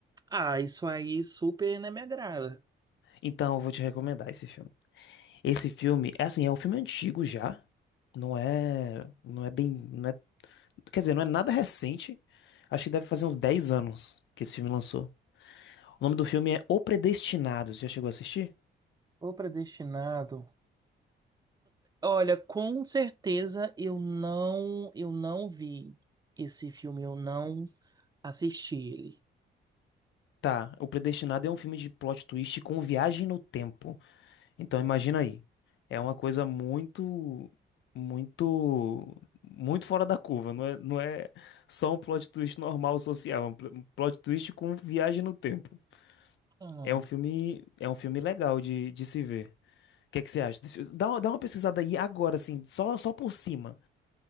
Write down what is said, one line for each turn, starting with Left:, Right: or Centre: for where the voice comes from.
Right: Ah, isso aí super não me agrada.
Left: Então, eu vou te recomendar esse filme. Esse filme, é assim, é um filme antigo já. Não é, não é bem, não é- quer dizer, não é nada recente. Acho que deve fazer uns 10 anos que esse filme lançou. O nome do filme é O Predestinado. Você já chegou a assistir?
Right: O Predestinado. Olha, com certeza eu não, eu não vi esse filme, eu não assisti ele.
Left: Tá, O Predestinado é um filme de plot twist com viagem no tempo. Então, imagina aí. É uma coisa muito, muito, muito fora da curva. Não é, não é só um plot twist normal social, é um pl- um plot twist com viagem no tempo.
Right: Ah,
Left: É um filme, é um filme legal de, de se ver. O que é que você acha? desse filme? Dá, uma- dá uma pesquisada aí agora, assim, só, só por cima.